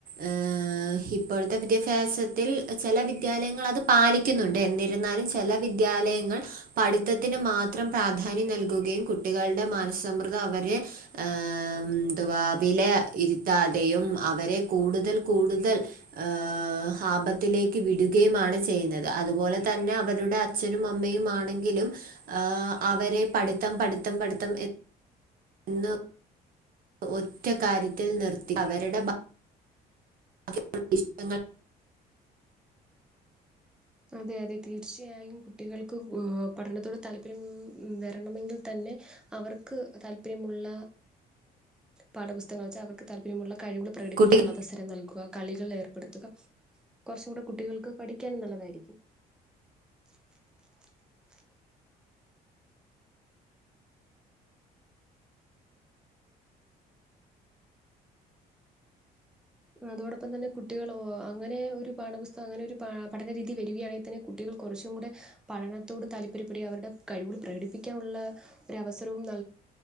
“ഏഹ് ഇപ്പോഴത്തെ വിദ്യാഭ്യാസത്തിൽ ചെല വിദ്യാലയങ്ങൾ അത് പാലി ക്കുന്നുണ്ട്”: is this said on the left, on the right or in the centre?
Right